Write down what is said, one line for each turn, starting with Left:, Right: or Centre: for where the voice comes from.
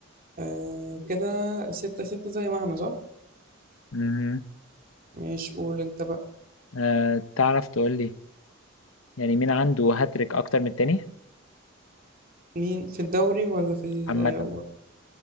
Right: آه كده ستة ستة زي ما احنا صح
Left: مهم.
Right: ماشي قول انت بقى
Left: آه، تعرف تقول لي يعني مين عنده هاتريك اكتر من التاني
Right: مين في الدوري ولا في ال
Left: عامة
Right: آه و-